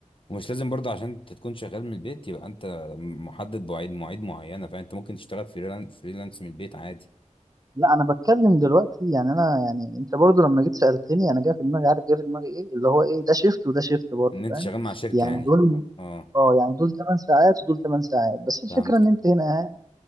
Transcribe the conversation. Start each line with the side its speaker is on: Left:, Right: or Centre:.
Left: ومش لازم برضه عشان انت تكون شغال من البيت يبقى انت محدد بمواعيد مواعيد معينه فانت ممكن تشتغل فريلانس فريلانس من البيت عادي
Right: لا انا بتكلم دلوقتي يعني انا يعني انت برضو لما جيت سألتني انا جاي في دماغي عارف جاي في دماغي ايه اللي هو ايه ده شيفت وده شيفت برضو
Left: ان انت
Right: فاهم
Left: شغال مع شركه
Right: يعني
Left: يعني
Right: دول
Left: اه آه،
Right: اه يعني دول 8 ساعات ودول 8 ساعات بس الفكره
Left: فهمت
Right: ان انت هنا قاعد